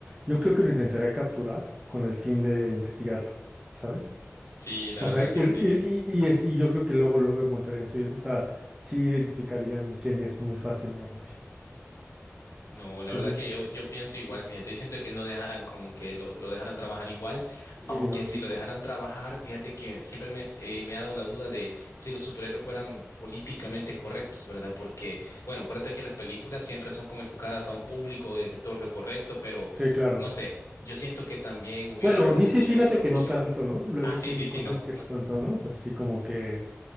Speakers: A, on the right (about 15°); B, on the left (about 80°).
A: yo creo que lo intentaría capturar con el fin de investigarlo, ¿sabes?
B: Sí, la
A: O
B: verdad
A: sea, y,
B: que
A: y-
B: sí.
A: y- y es, y yo creo que luego, luego encontrarían su, o sea, sí identificarían quién es muy fácilmente.
B: No,
A: Entonces,
B: la verdad que yo, yo pienso igual,
A: sí,
B: fíjate, y siento que no dejaran como que lo, lo dejaran trabajar igual,
A: sí,
B: aunque
A: no.
B: si lo dejaran trabajar, fíjate que siempre me, has- eh, me ha dado la duda de si los superhéroes fueran políticamente correctos, ¿verdad? Porque, bueno, acuérdate que las películas siempre son como enfocadas a un público, de que todo es lo correcto, pero
A: Sí, claro.
B: no sé, yo siento que también hubiera
A: Bueno,
B: como
A: DC,
B: mucha
A: fíjate
B: corrupción.
A: que no tanto, ¿no? Luego
B: Ah, sí,
A: tiene
B: DC
A: cosas
B: no,
A: que no tanto, ¿no? O sea, así como que